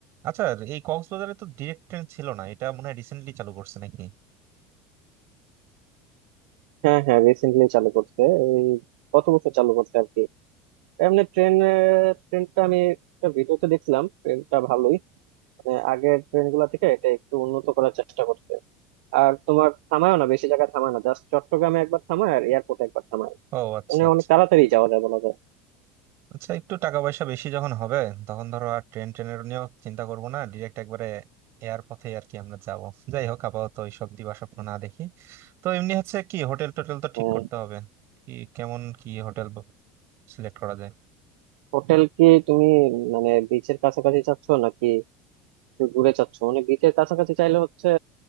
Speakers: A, on the right; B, on the right.
A: আচ্ছা এই কক্সবাজারে তো ডিরেক্ট ট্রেন ছিল না এটা মনে হয় রিসেন্টলি চালু করছে নাকি
B: হ্যাঁ হ্যাঁ রিসেন্টলি চালু করছে এই কত বছর চালু করছে আর কি এমনি ট্রেন ট্রেনটা আমি একটা ভিডিওতে দেখছিলাম ট্রেনটা ভালোই মানে আগের ট্রেন গুলা থেকে এটা একটু উন্নত করার চেষ্টা করছে আর তোমার থামায় না বেশি জায়গায় থামায় না জাস্ট চট্টগ্রামে একবার থামায় আর এয়ারপোর্টে একবার থামায়
A: ও আচ্ছা
B: মানে
A: আচ্ছা
B: অনেক তাড়াতাড়ি যাওয়া যায় বলা যায়
A: আচ্ছা একটু টাকা পয়সা বেশি যখন হবে তখন ধরো আর ট্রেন ট্রেনের নিয়েও চিন্তা করবো না ডিরেক্ট একবারে এয়ার পথে আর কি আমরা যাব যাই হোক আপাতত এইসব দিবাস্বপ্ন না দেখি তো এমনি হচ্ছে কি হোটেল টোটেল তো ঠিক
B: হ্যাঁ।
A: করতে হবে কি কেমন কি হোটেল সিলেক্ট করা যায়
B: হোটেল কি তুমি মানে বিচের কাছাকাছি চাচ্ছ নাকি একটু দূরে চাচ্ছ মানে বিচের কাছাকাছি চাইলে হচ্ছে